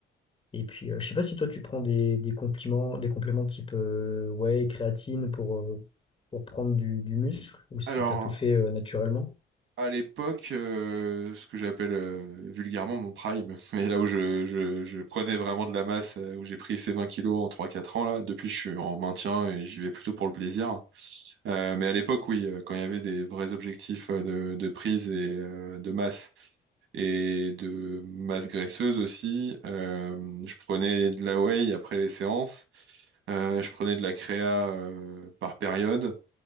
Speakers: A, on the left (about 25°); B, on the right (about 75°).
A: Et puis, euh, je sais pas si toi, tu prends des, des compléments, des compléments type euh, whey, créatine pour, euh, pour prendre du, du muscle ou si
B: Alors,
A: tu as tout fait euh, naturellement.
B: à l'époque, euh, ce que j'appelle euh, vulgairement mon prime, <laughs> mais là où je, je- je prenais vraiment de la masse, euh, où j'ai pris ces 20 kilos en trois quatre ans, là, depuis je suis en maintien et j'y vais plutôt pour le plaisir. Euh, mais à l'époque, oui, euh, quand il y avait des vrais objectifs euh, de, de prise et euh, de masse et de masse graisseuse aussi, euh, je prenais de la whey après les séances. Euh, je prenais de la créa euh, par période